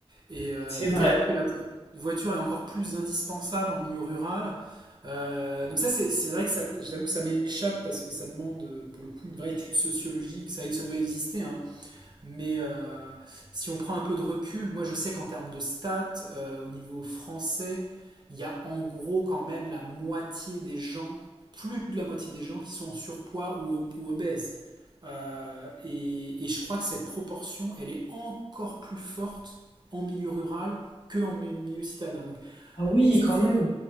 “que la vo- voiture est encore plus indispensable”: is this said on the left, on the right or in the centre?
Right